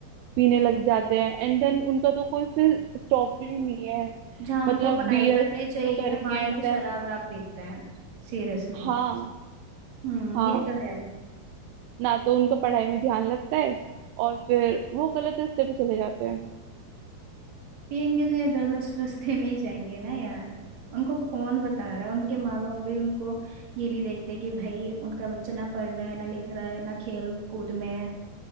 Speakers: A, on the right (about 80°); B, on the right (about 50°).
A: पीने लग जाते हैं एंड देन उनका तो कोई फिर स्टॉप ही नहीं है
B: जहाँ उनको
A: मतलब
B: पढ़ाई
A: बियर
B: करनी
A: से शुरू
B: चाहिए
A: करेंगे
B: वहाँ ये
A: एंड देन
B: शराब वराब पीते हैं सीरियसली
A: हाँ
B: हम्म
A: हाँ
B: ये तो है
A: ना तो उनका पढ़ाई में ध्यान लगता है और फिर वो गलत रास्ते पे चले जाते हैं
B: पियेंगे तो यार गलत रास्ते में ही जाएंगे ना यार उनको कौन बता रहा है उनके माँ बाप भी उनको ये नहीं देखते कि भाई उनका बच्चा ना पढ़ रहा है ना लिख रहा है ना खेल कूद में है